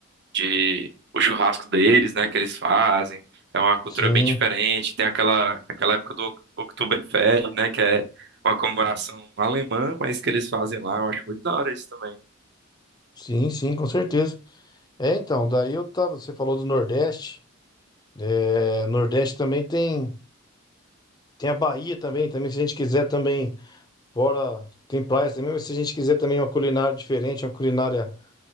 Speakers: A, on the right; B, on the left.
A: de o churrasco deles, né, que eles fazem. É uma cultura
B: Sim,
A: bem diferente. Tem aquela aquela época do Oc- Oktoberfest, né, que é uma comemoração alemã, mas que eles fazem lá, eu acho muito da hora isso também.
B: sim, sim, com certeza. É, então, daí eu tava. Você falou do Nordeste. É, Nordeste também tem. Tem a Bahia também, também, se a gente quiser também, fora. Tem praias também, mas se a gente quiser também uma culinária diferente, uma culinária.